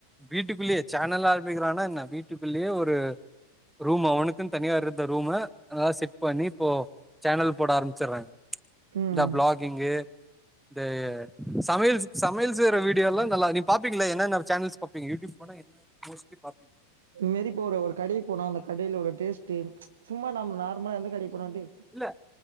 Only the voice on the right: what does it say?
ம்
இதுமாறி இப்ப ஒரு ஒரு கடைக்கு போனா அந்த கடையில உள்ள டேஸ்ட் சும்மா நம்ம நார்மலா எந்த கடைக்கு போனா டி